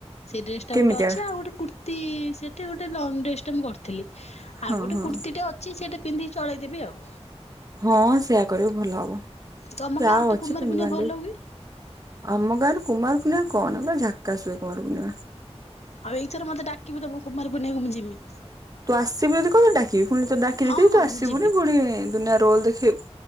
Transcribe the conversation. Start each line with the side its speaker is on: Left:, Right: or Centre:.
Left: ସେ ଡ୍ରେସ୍ ଟା
Right: କେମିତିଆ
Left: ଗୋଟେ ଅଛି ଆଉ ଗୋଟେ କୁର୍ତ୍ତୀ ସେଟ୍ ଟେ ଗୋଟେ ଲଙ୍ଗ୍ ଡ୍ରେସ୍ ଟେ ମୁଁ କରିଥିଲି।
Right: ହଁ
Left: ଆଉ ଗୋଟେ
Right: ହଁ
Left: କୁର୍ତ୍ତିଟେ ଅଛି ସେଇଟା ପିନ୍ଧିକି ଚଳେଇଦେବି ଆଉ।
Right: ହଁ ସେୟା କରିବୁ ଭଲ ହବ
Left: ତମ
Right: ଯହା
Left: ଗାଁ ତ
Right: ଅଛି
Left: କୁମାର
Right: ପିନ୍ଧି
Left: ପୂର୍ଣ୍ଣିମା
Right: ବାନ୍ଧି
Left: ଭଲ ହୁଏ।
Right: ଆମ ଗାଁରେ କୁମାର ପର୍ଣ୍ଣିମା କଅନା ପୁରା ଝାକାସ୍ ହୁଏ କୁମାର ପୁର୍ଣିମା।
Left: ଆଉ ଏଇଥର ମତେ ଡାକିବୁ ତମ କୁମାର ପୂର୍ମାଣ୍ଣିକୁ ମୁଁ ଯିମି।
Right: ତୁ ଆସିବୁ ଯଦି କ ତତେ ଡାକିବି ଫୁଣି ତତେ ଡାକି
Left: ହଁ
Right: ଦେଇଥିବି
Left: ହଁ
Right: ତୁ ଆସିବୁନି
Left: ମୁଁ ଯିବି
Right: ଫୁଣି ଦୁନିଆ ରୋଲ୍ ଦେଖେଇ